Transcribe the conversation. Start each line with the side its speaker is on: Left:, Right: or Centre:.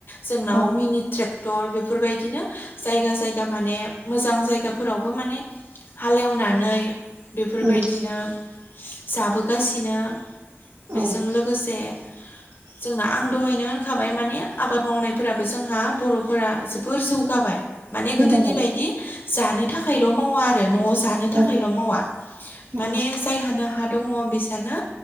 Left: जोंनाव
Right: औ
Left: मिनि ट्रेक टर बेफोरबायदिनो जायगा जायगा माने मोजां जायगाफोरावबो माने हालेवनानै बेफोरबायदिनो
Right: उम
Left: जाबोगासिनो। बेजों
Right: औ
Left: लोगोसे
Right: <inaudible>
Left: जोंना आं दहायनो होनखाबाय माने आबाद मावनायफोराबो जोंहा बर'फोरा जोबोर जौगाबाय। माने
Right: जौगाबाय
Left: गोदोनि बायदि जानो थाखायल' मावा आरो न'आव जानो थाखायल'
Right: औ
Left: मावा।
Right: औ
Left: माने जायहानो हा दङ बिसानो